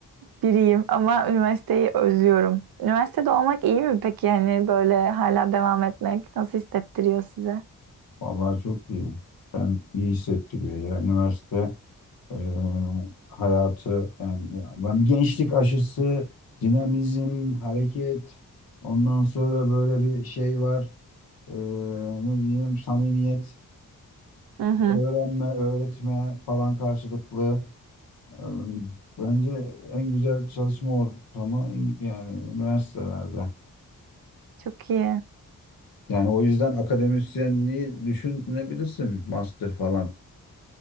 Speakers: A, on the right; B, on the left.
A: biriyim ama üniversiteyi özlüyorum. Üniversitede olmak iyi mi peki? Yani böyle hala devam etmek nasıl hissettiriyor size?
B: vallahi çok iyi. Ben iyi hissettiriyor ya üniversite e, hayatı yani ya ben bir gençlik aşısı, dinamizm, hareket ondan sonra böyle bir şey var. E, ne diyeyim samimiyet,
A: Hı hı.
B: öğrenme, öğretme falan karşılıklı. Ee, Bence en güzel çalışma ortamı İng- yani üniversitelerde.
A: Çok iyi.
B: Yani o yüzden akademisyenliği düşünebilirsin master falan.